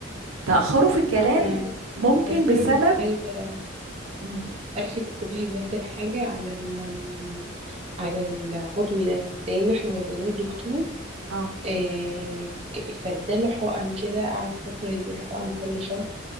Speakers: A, on the right; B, on the right.
A: تأخره في الكلام
B: انا
A: ممكن
B: بس
A: بسبب
B: انا كنت عايزه
A: مم.
B: الفت انتباهك بس لحاجه على ال على العضوي ده لان احنا وديناه للدكتور
A: اه
B: إيه ك- فاداله حقن كده قعد فترة يديله حقن كل شهر